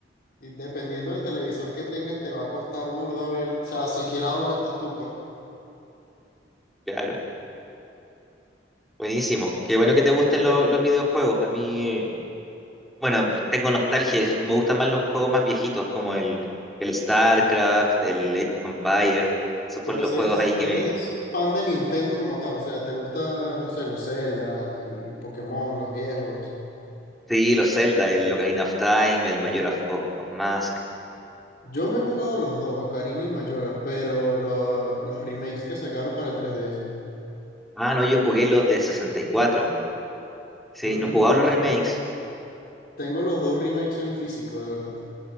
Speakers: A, on the left (about 55°); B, in the centre.
A: Y dependiendo del televisor que tengas, te va a costar burda ver, o sea, siquiera dónde estás tú, pues.
B: claro. Buenísimo. Qué bueno que te gusten lo- los videojuegos. A mí, eh, bueno, tengo nostalgia. Me gustan más los juegos más viejitos, como el, el StarCraft, el Age of Empires. Esos
A: Pero
B: fueron los
A: si
B: juegos
A: eres,
B: ahí
A: si
B: que
A: eres
B: me...
A: fan de Nintendo como tal, o sea, te gusta, no sé, los Zelda y Pokémon, los viejos.
B: Sí, los Zelda, el Ocarina of Time, el Mayor of, of Mask.
A: Yo me he jugado los dos, Ocarina y Majora, pero lo- los remakes que sacaron para el 3DS.
B: Ah, no, yo jugué los de sesenta y cuatro Sí,
A: Yo
B: no
A: tengo,
B: jugaba los remakes.
A: tengo los dos remakes en físico, de verdad.